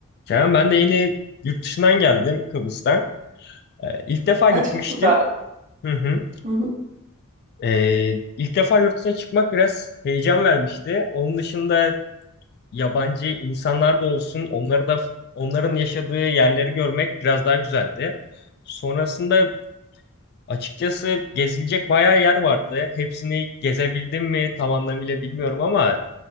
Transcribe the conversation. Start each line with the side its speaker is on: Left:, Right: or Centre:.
Left: Kerem ben de yeni yurt dışından geldim Kıbrıs'tan. Ee, ilk defa
Right: Ha,
Left: gitmiştim.
Right: çok güzel.
Left: Hı hı.
Right: Hı hı,
Left: Ee, ilk defa yurt dışına çıkmak biraz heyecan vermişti. Onun dışında yabancı insanlar da olsun, onları da onların yaşadığı yerleri görmek biraz daha güzeldi. Sonrasında açıkçası gezilecek bayağı yer vardı. Hepsini gezebildim mi tam anlamıyla bilmiyorum ama